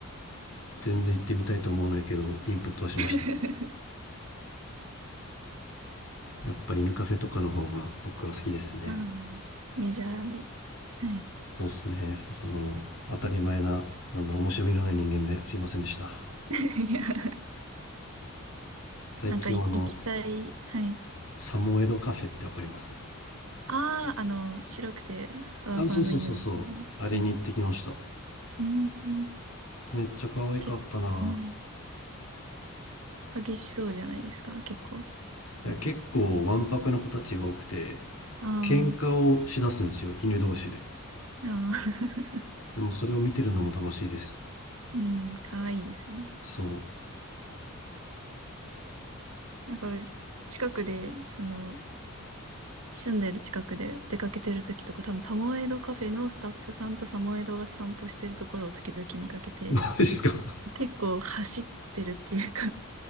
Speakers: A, on the left; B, on the right.
A: 全然行ってみたいと思わないけど、インプットはしました。
B: <laughs>
A: やっぱ犬カフェとかの方が僕は好きですね。
B: うん。メジャーで。はい。
A: そうですね。その、当たり前な、なんだろう、面白みのない人間ですいませんでした。
B: <laughs> いや、<laughs>
A: 最近はあの、
B: なんかい行きたい。はい。
A: サモエドカフェってわかります
B: ああ、あの、白くてふわふわの犬ですよね。
A: あ、そうそうそうそう。あれに行ってきました。
B: うん。うん、うん
A: めっちゃ可愛かったな。
B: 結構、うん、激しそうじゃないですか、結構。
A: いや、結構わんぱくな子たちが多くて、
B: あ
A: 喧嘩をしだすんですよ、犬同士で。
B: あ、ああ
A: でもそれを見てるのも楽しいです。
B: <laughs> うん、かわいいですね。
A: そう。
B: なんか、近くで、その、住んでる近くで出かけてる時とか、多分サモエドカフェのスタッフさんとサモエドが散歩してるところを時々見かけて、
A: <laughs> ですか。<laughs>
B: 結構走ってるっていうか